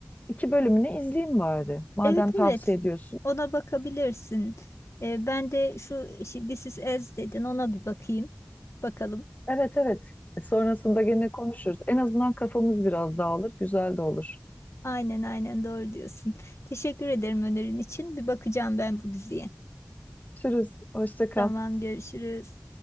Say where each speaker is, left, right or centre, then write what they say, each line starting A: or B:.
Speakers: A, on the left; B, on the left.
A: iki bölümünü izleyeyim bari. Madem
B: evet,
A: tavsiye
B: evet.
A: ediyorsun.
B: Ona bakabilirsin. E, ben de şu şi- This is Us dedin ona bir bakayım. Bakalım.
A: Evet evet. E, Sonrasında gene konuşuruz. En azından kafamız biraz dağılır. Güzel de olur.
B: Aynen aynen doğru diyorsun. Teşekkür ederim önerin için. Bir bakacağım ben bu diziye.
A: Görüşürüz. Hoşça kal.
B: Tamam görüşürüz.